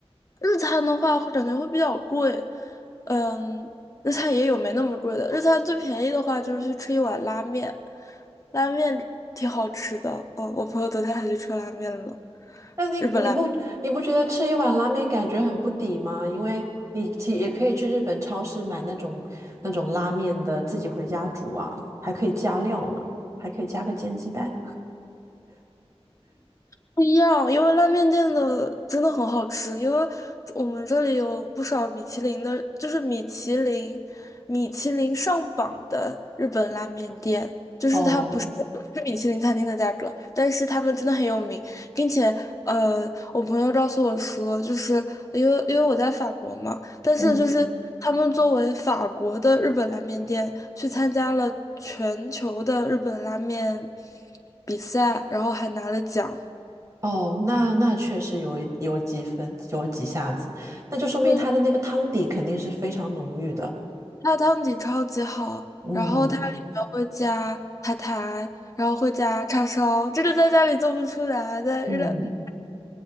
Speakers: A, on the left (about 30°); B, on the right (about 30°).
A: 日餐的话，会感觉会比较贵。嗯，日餐也有没那么贵的。日餐最便宜的话，就是去吃一碗拉面，拉面挺好吃的。哦，我朋友昨天还去吃拉面了，
B: 那你你不你不觉得吃一碗拉面感觉很不抵吗？
A: 日本拉。
B: 因为你其也可以去日本超市买那种那种拉面的，自己回家煮啊，还可以加料呢，还可以加个煎鸡蛋。
A: 不一样，因为拉面店的真的很好吃，因为我们这里有不少米其林的，就是米其林、米其林上榜的日本拉面店，就是它不是不是米其林餐厅的价格，
B: 哦，
A: 但是他们真的很有名，并且呃，我朋友告诉我说，就是因为因为我在法国嘛，但是就是他们作为法国的日本拉面店去参加了全球的日本拉面
B: 嗯。
A: 比赛，然后还拿了奖。
B: 哦，那那确实有一有几分有几下子，那就说明它的那个汤底肯定是非常浓郁的。
A: 就是它汤底超级好，
B: 嗯
A: 然后它里面会加海苔，然后会加叉烧，这个在家里做不出来，在日料嗯
B: 嗯，